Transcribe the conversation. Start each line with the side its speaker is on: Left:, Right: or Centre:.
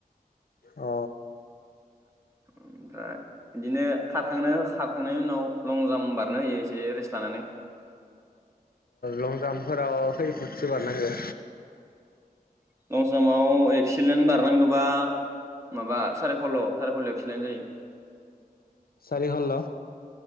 Left: अ
Right: ओमफ्राय बिदिनो खारखांनो खारखांनायनि उनाव लं जाम्प बारनो होयो एसे रेस्ट लानानै
Left: लं जाम्पफोराव खै फुदसो बारनांगो
Right: लं जाम्पआव एक्सिलेन्ट बारनांगौबा माबा सारे खल्ल' सारै खल्ल' एक्सिलेन्ट जायो
Left: सारि हल्ल'